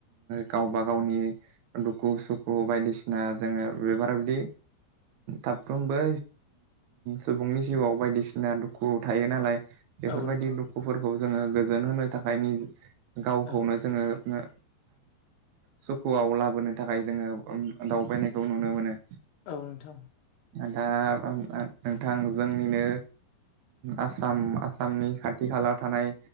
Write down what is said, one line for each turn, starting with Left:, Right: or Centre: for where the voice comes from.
Right: गावबा गावनि दुखु सुखु बायदिसिना जोङो बेफोरार बिदि साफ्रोमबो सुबुंनि जिउआव बायदिसिना ना दुखु थायो नालाय बेफोरबायदि
Left: औ नोंथां
Right: दुखुफोरखौ जोङो गोजोन होनो थाखाय गावखौनो
Left: औ
Right: जोङो सुखुआव लाबोनो थाखाय जोङो दावबायनायखौ नुनो मोनो
Left: औ नोंथां
Right: दा नोंथां जोंनिनो आसाम आसामनि खाथि खाथि खाला थानाय